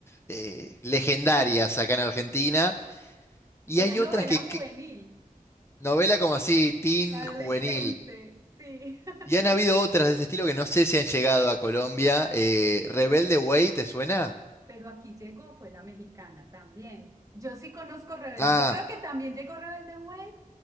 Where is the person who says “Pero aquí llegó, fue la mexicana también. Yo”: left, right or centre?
Right